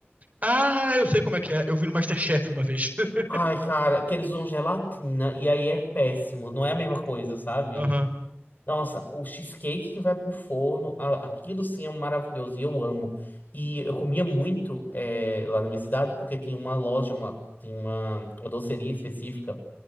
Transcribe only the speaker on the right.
Ah, eu sei como é que é. Eu vi no MasterChef uma vez. <laughs>
Aham.